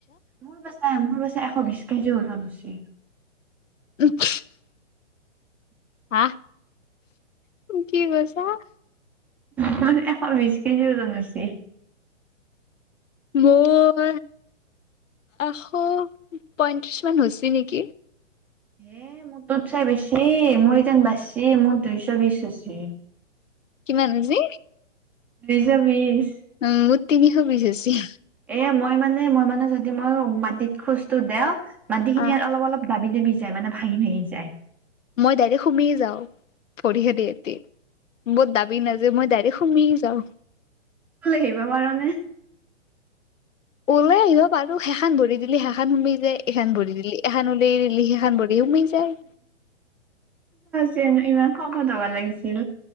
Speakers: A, in the centre; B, on the left.
A: মোৰ বাছাই মোৰ বাছাই এশ বিছ কেজি ওজন হৈছি
B: <unintelligible> হা কি কৈছা
A: ম এশ বিছ কেজি ওজন হৈছি
B: মোৰ এশ পয়ত্ৰিছ মান হৈছে নিকি
A: হে মোৰ তোতচে বেছি মোৰ ইতান বেছি মোৰ দুইছ বিছ হৈছি
B: কিমান হৈছি
A: দুইছ বিছ
B: উম মোৰ তিনিশ বিছ আছিল
A: এ মই মানে মই মানে যদি ময়ো মাটিত খোজটো দেও মাটি খিনি
B: আহ
A: অলপ অলপ দাবি দাবি যায় মানে হেই যায়
B: মই ডাইৰেক্ট সোমাইয়ে যাওঁ ভৰিখেনেহেতি মই দাবি নাযায় মই ডাইৰেক্ট সো সোমাইয়েই যাও
A: উলাই আহিব পাৰ নে
B: ওলাই আহিব পাৰো সেইখান ভৰি দিলি সেইখান সোমেই যায় এইখান ভৰি দিলি এখন উওলিয়াই দিলি সেইখান ভৰি সোমেই যায়
A: জেনো ইমান শকত হব লাগিছিল